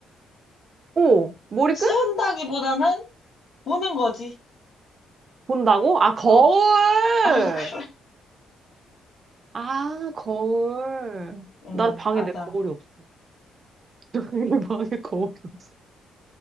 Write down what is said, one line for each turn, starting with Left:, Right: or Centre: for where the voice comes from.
Right: 오, 머리끈?
Left: 쓴다기보다는 보는 거지.
Right: 본다고? 아, 거울!
Left: 어, 아 그래.
Right: 아, 거울.
Left: 응,
Right: 나 방에
Left: 맞아.
Right: 내 거울이 없어. <laughs> 방에 거울이 없어.